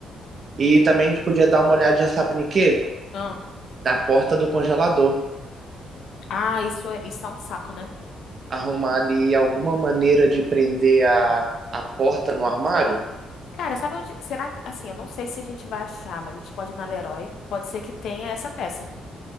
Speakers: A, on the right; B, on the left.
A: E também a gente podia dar uma olhadinha, sabe em quê?
B: Ah,
A: Na porta do congelador.
B: ah, isso, é, isso tá um saco, né?
A: Arrumar ali alguma maneira de prender a, a porta no armário?
B: Cara, sabe onde. Será que. Assim, eu não sei se a gente vai achar, mas a gente pode ir na Leroy. Pode ser que tenha essa peça.